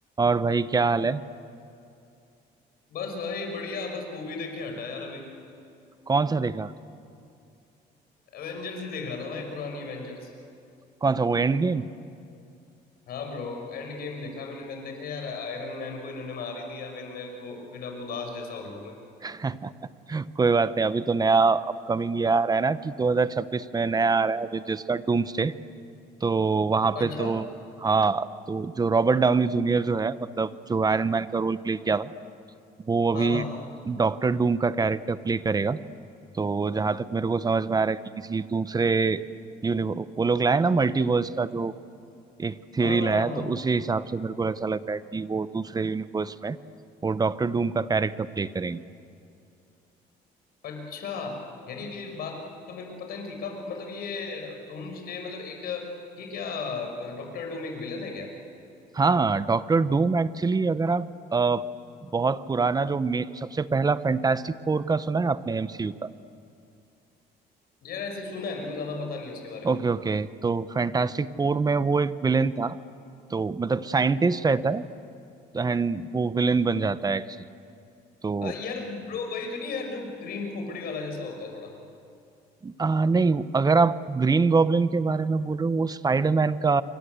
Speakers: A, on the right; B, on the left.
A: और भाई क्या हाल है
B: बस भाई बढ़िया बस मूवी देख के हटा यार अभी
A: कौन सा देखा
B: एवेंजर्स ही देख रहा था भाई पुरानी एवेंजर्स
A: कौन सा वो एंड गेम
B: हाँ ब्रो एंड गेम देखा मैंने मैंने देखा यार आयरन मैन को इन्होंने मार ही दिया फिर मेरे को फिर अब उदास जैसा हो गया हूँ मैं
A: <laughs> कोई बात नहीं अभी तो नया अपकमिंग ये आ रहा है ना कि 2026 में नया आ रहा है अभी जिसका डूम्सडे तो वहां पे
B: अच्छा
A: तो हाँ तो जो रॉबर्ट डाउनी जूनियर जो है मतलब जो आयरन मैन का रोल प्ले किया था वो अभी
B: हाँ हाँ
A: डॉक्टर डूम का कैरेक्टर प्ले करेगा तो जहां तक मेरे को समझ में आ रहा है कि किसी दूसरे यूनिवर्स वो लोग लाए ना मल्टीवर्स का जो एक थियरी
B: हाँ हाँ
A: लाया
B: हाँ
A: है,
B: हाँ
A: तो उसी हिसाब से मेरे को ऐसा लग रहा है कि वो दूसरे यूनिवर्स में वो डॉक्टर डूम का कैरेक्टर प्ले करेंगे
B: अच्छा यार ये बात तो मेरे को पता नहीं थी कब मतलब ये डूम्सडे मतलब एक ये क्या डॉक्टर डूम एक विलन है क्या
A: हाँ डॉक्टर डूम एक्चुअली अगर आप अ, बहुत पुराना जो मे- सबसे पहला फैंटास्टिक फोर का सुना है आपने एमसीयू का
B: यार ऐसे सुना है मेरे को ज्यादा पता नहीं है उसके बारे में
A: Okay okay तो फैंटास्टिक फोर में वो एक विलेन था तो मतलब साइंटिस्ट रहता है एंड वो विलेन बन जाता है एक्चुअली तो
B: अ, यार ब्रो वही तो नहीं है यार जो ग्रीन खोपड़ी वाला जैसा होता है थोड़ा
A: आ, नहीं अगर आप ग्रीन गॉब्लिन के बारे में बोल रहे हो वो स्पाइडरमैन का